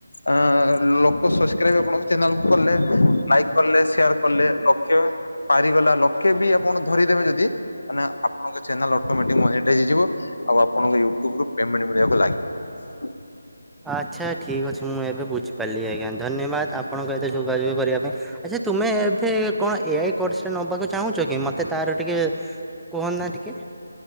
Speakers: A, on the left; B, in the centre.
A: ଆଁ ଲୋକ ସସ ଶସକ୍ରାଇବ ଆପଣଙ୍କ ଚ୍ୟାନେଲକୁ କଲେ ଲାଇକ୍ କଲେ ସେୟାର କଲେ ଲକ୍ଷ ପାରିଗଲା ଲକ୍ଷ ବି ଆପଣ ଧରିଦେବେ ଯଦି ମେ ଆପଣଙ୍କ ଚ୍ୟାନେଲ ଅଟମେଟିକି ମନିଟାଇଯ ହେଇଯିବ ଆଉ ଆପଣଙ୍କ ଇୟୁଟୁବ୍ ରୁ ପେମେଣ୍ଟେ ମିଳିବାକୁ ଲାଗି
B: ଆଚ୍ଛା ଠିକ୍ ଅଛି ମୁଁ ଏବେ ବୁଝିପାରିଲି ଆଜ୍ଞା ଧନ୍ୟବାଦ ଆପଣଙ୍କ ଏତେ ଯୋଗାଯୋଗ କରିବା ପାଇଁ ଆଛା ତୁମେ ଏବେ କଣ ଏ ଆଇ କୋର୍ସରେ ନେବାକୁ ଚାହୁଁଛ କି ମତେ ତାର ଟିକେ କୁହନା ଟିକେ।